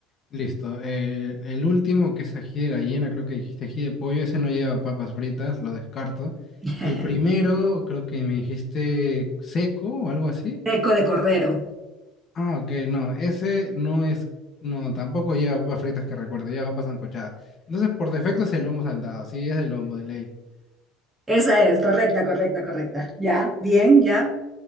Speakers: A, on the left (about 40°); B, on the right (about 20°).
A: Listo. Eh, el último, que es ají de gallina, creo que dijiste ají de pollo. Ese no lleva papas fritas, lo descarto.
B: <laughs>
A: El Sí. primero, creo que me dijiste seco o algo así.
B: Eco de cordero.
A: Ah, ok, no, ese no es, no, tampoco lleva papas fritas que recuerde, lleva papas sancochadas. Entonces, por defecto es el lomo saltado, sí, es el lomo de ley.
B: Esa es, correcta, correcta, correcta. Ya, bien, ya.